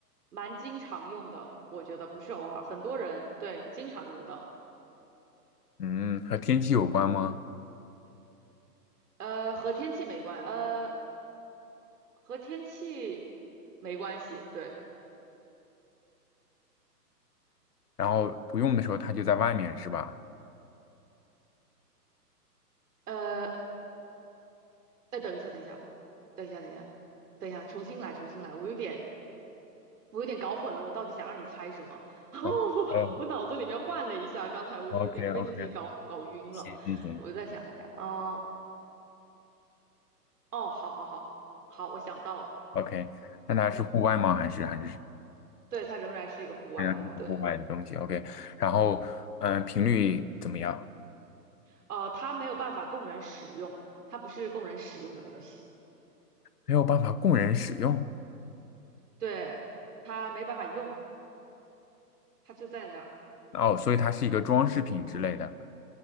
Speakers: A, on the right; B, on the left.
A: 蛮经常用的，我觉得不是偶尔，很多人对经常用得到，
B: 嗯，和天气有关吗？
A: 呃，和天气没关，呃，和天气没关系，对，
B: 然后不用的时候它就在外面是吧？
A: 呃，哎，等一下，等一下，等一下，等一下，等一下，重新来，重新来，我有点。我有点搞混了，我到底想让你猜什么？<laughs>
B: 嗯嗯
A: 我我脑子里面换了一下，刚才我就有点被自己搞搞晕了，
B: ，OK OK，行行行
A: 我就再想一下，啊、哦，好好好，好，我想到了，
B: ，OK，那它是户外吗？
A: 嗯，
B: 还是还是
A: 对，它仍然是一个户外的，
B: 仍然是户外的东西？OK，
A: 对，
B: 然后呃，频率怎么样？
A: 呃，它没有办法供人使用，它不是供人使用的东西，
B: 没有办法供人使用。
A: 对，它没办法用，它就在那儿，
B: 哦，所以它是一个装饰品之类的，